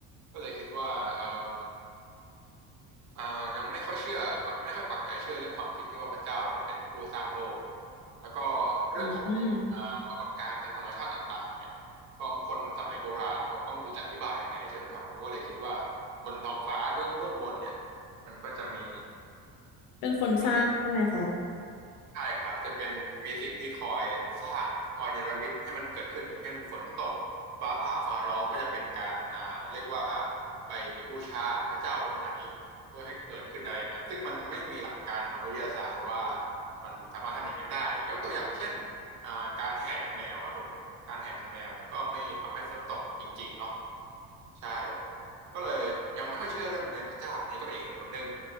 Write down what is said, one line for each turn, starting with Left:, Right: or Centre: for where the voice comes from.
Right: ก็เลยคิดว่าเอ่มอ่ายังไม่ค่อยเชื่อไม่ค่อยปักใจเชื่อเรื่องความคิดที่ว่าพระเจ้าเนี่ยเป็นผู้สร้างโลกแล้วก็เรื่องของอ่าปรากฏการณ์ทางธรรมชาติต่างๆเนี่ยก็คนสมัยโบราณเขาก็ไม่รู้จะอธิบายยังไงใช่ไหมครับเขาก็เลยคิดว่า
Left: อืม
Right: บนท้องฟ้าเบื้องเบื้องบนเนี่ยมันก็จะมี
Left: เป็นคนสร้างใช่ไหมคะ
Right: มี ใช่ครับจะเป็นมีสิ่งที่คอยสร้างคอยเนรมิตให้มันเกิดขึ้นอย่างเช่นฝนตกฟ้าผ่าฟ้าร้องก็จะเป็นการอ่าเรียกว่าไปบูชาพระเจ้าองค์ไหนเพื่อให้เกิดขึ้นอะไรอย่างนั้นซึ่งมันไม่มีหลักการทางวิทยาศาสตร์ว่ามันสามารถทำอย่างนั้นได้ยกตัวอย่างเช่นอ่าการแห่นางแมวครับผมการแห่นางแมวเนี่ยก็ไม่ทำให้ฝนตกจริงๆเนาะ ใช่ก็เลยยังไม่ค่อยเชื่อเรื่องในพระเจ้าอันนี้ก็เป็นอีกเหตุผลหนึ่ง